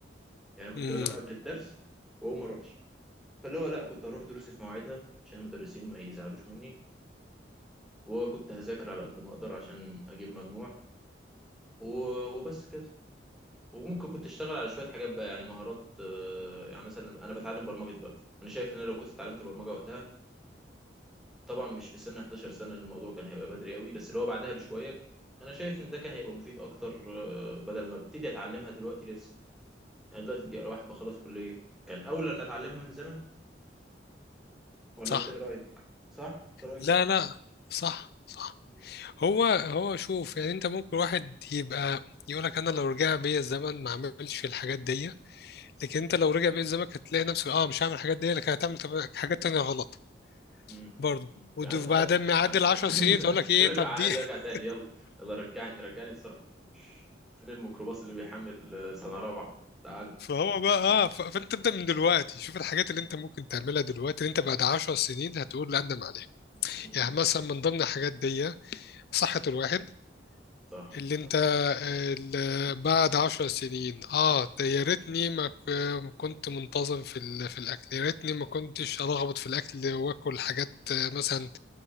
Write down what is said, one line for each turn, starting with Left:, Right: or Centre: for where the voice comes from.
Centre: يعني كنت
Left: مم.
Centre: بنام قبل الدرس واقوم اروحش فاللي هو لا كنت اروح دروسي في مواعيدها عشان المدرسين ما يزعلوش مني وكنت هذاكر على قد ما اقدر عشان اجيب مجموع و- وبس كده وممكن كنت اشتغل على شويه حاجات بقى يعني مهارات آه، يعني مثلا انا بتعلم برمجه دلوقتي انا شايف ان انا لو كنت اتعلمت برمجه وقتها طبعا مش في سن 11 سنه لأن الموضوع كان هيبقى بدري قوي بس اللي هو بعدها بشويه انا شايف ان ده كان هيبقى مفيد اكتر آه، بدل ما ابتدي اتعلمها دلوقتي لسه يعني دلوقتي دي واحد بخلص كليه كان اولى ان اتعلمها من زمان ولا
Left: صح
Centre: انت ايه رايك صح انت رايك
Left: لا
Centre: <laughs> صح
Left: لا صح صح
Centre: مم.
Left: هو هو شوف يعني انت ممكن واحد يبقى يقولك انا لو رجع بيا الزمن ما عملش الحاجات دي لكن انت لو رجع بيت زمانك هتلاقي نفسك اه مش هعمل الحاجات دي لكن هتعمل طب- حاجات تانية غلط
Centre: مم.
Left: برضه
Centre: مم.
Left: وبعدين
Centre: هات هات
Left: ما يعدي
Centre: هات-
Left: العشر
Centre: هات. <laughs>
Left: سنين تقول لك ايه
Centre: نرجع
Left: طب
Centre: عايز
Left: دي <laughs>
Centre: ارجع تاني يلا يلا رجعني رجعني بسرعة فين الميكروباص اللي بيحمل آه، سنة رابعة تعال
Left: فهو بقى اه ف- فانت ابدا من دلوقتي شوف الحاجات اللي انت ممكن تعملها دلوقتي اللي انت بعد عشر سنين هتقول لا اندم عليها
Centre: مم.
Left: يعني مثلا من ضمن الحاجات دي صحة الواحد
Centre: صح
Left: اللي
Centre: صح
Left: انت اللي بعد عشر سنين اه ده يا ريتني ما ك- ما كنت منتظم في ال- في الاكل يا ريتني ما كنتش ارغبط في الاكل واكل حاجات آه، مثلا